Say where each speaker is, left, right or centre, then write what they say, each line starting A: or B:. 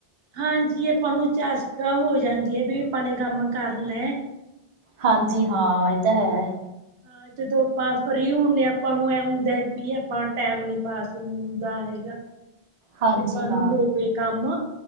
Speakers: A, on the right (about 75°); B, on the right (about 45°).
A: ਹਾਂਜੀ, ਆਪਾਂ ਨੂੰ ਚਾਸਕਾ ਹੋ ਜਾਂਦੀ ਹੈ ਵੀ, ਆਪਾ ਨੇ ਕੰਮ ਕਾਰਨਾ ਏ।
B: ਹਾਂਜੀ ਹਾਂ, ਇਹ ਤਾਂ ਹੈ।
A: ਹਾਂ ਜਦੋਂ ਆਪਾਂ ਫਰੀ ਹੁੰਦੇ ਹਾਂ, ਆਪਾਂ ਨੂੰ ਐ ਹੁੰਦਾ ਵੀ, ਆਪਾਂ ਟਾਈਮ ਨੀ ਪਾਸ ਹੁੰਦਾ ਹੈਗਾ।
B: ਹਾਂਜੀ
A: ਜੇ ਆਪਾਂ ਨੂੰ
B: ਹਾਂ
A: ਹੋਵੇ ਕੰਮ